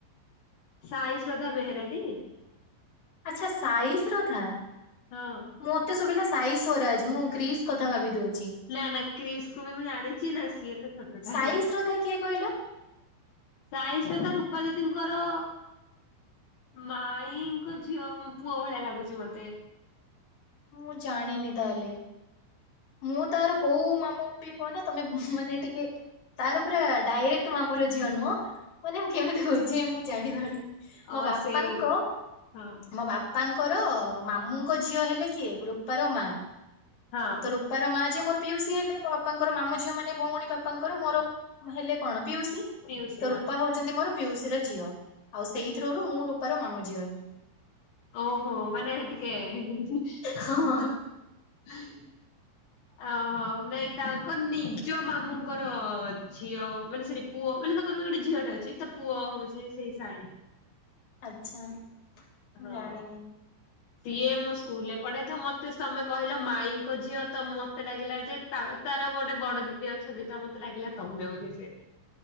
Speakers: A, on the left (about 65°); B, on the left (about 35°).
A: ସାଇ ଶ୍ରଦ୍ଧା ବେହେରା କି?
B: ଆଚ୍ଛା ସାଇ ଶ୍ରଧା
A: ହଁ
B: ମତେ ସୁୁବିଲା ସାଇ ସ୍ୱରାଜ ମୁଁ କ୍ରିସ୍ କଥା ଭାବି ଦଉଚି।
A: ନା ନା କ୍ରିସକୁ ବି ମୁଁ ଜାଣିଛି ନ ସିଏ ତ ଛୋଟଟା।
B: ସାଇ ଶ୍ରଦ୍ଧା କିଏ କହିଲ
A: ସାଇ ଶ୍ରଦ୍ଧା ରୂପା ଦିଦିଙ୍କର ମାଇଙ୍କ ଝିଅ ପୁଅ ଭଳିଆ ଲାଗୁଛି ମତେ।
B: ମୁଁ ଜାଣିନି ତାହେଲେ। ମୁଁ ତାର କୋଉ ମାମୁଁ ବି କୁହନ ତମେ ମାନେ ଟିକେ ତାର ପୁରା ଡାଇରେକ୍ଟ ମାମୁଁର ଝିଅ ନୁହଁ ମାନେ ମୁଁ କେମିତି ବୋ ଝେଇବି ମୁଁ ଜାଣିପାରୁନି।
A: ଅ
B: ମୋ ବାପାଙ୍କ
A: ସେଇ
B: ମୋ
A: ହଁ
B: ବାପ ବାପାଙ୍କର ମାମୁଙ୍କ ଝିଅ ହେଲେ କିଏ ରୁପାର ମା
A: ହଁ।
B: ବାପାର ମା ଯେଏ ମୋର ପିଉସି ହେଲେ, ମୋ ବାପାଙ୍କର ମାମୁ ଝିଅ ମାନେ ଭଉଣୀ ବାପାଙ୍କର ମୋର ହେଲେ କଣ ପିଉସି
A: ପିଉସୀ
B: ତ
A: ହଁ
B: ରୁପା ହଉ ମୋର ପିଉସୀ ର ଝିଅ ଆଉ ସେଇଥିରରୁ ମୁଁ ରୂପାର ମାମୁଁ ଝିଅ ହେବି।
A: ଓହୋ ମାନେ ଟିକେ <unintelligible>
B: ହଁ ହଁ।
A: ଓହୋ ନାଇଁ ତାଙ୍କର ନିଜ ମାମୁଁଙ୍କର ଝିଅ ମାନେ ସରି ପୁଅ ମାନେ ତାଙ୍କର ବି ଗୋଟେ ଝିଅଟେ ଅଛି ତ ପୁଅ ହଉଛି ସେଇ ସାଇ।
B: ଆଛା ମୁଁ
A: ହଁ।
B: ଜାଣିନି।
A: ସିଏ ମୋ ସ୍କୁଲରେ ପଢେ ତ ମତେ ତମେ କହିଲ ମାଇଙ୍କ ଝିଅ ତ ମତେ ଲାଗିଲା ଯେ ତାର ଗୋଟେ ବଡ ଦିଦି ଅଛନ୍ତି ତ ମତେ ଲାଗିଲା ତମେ ବୋଲି ସେ।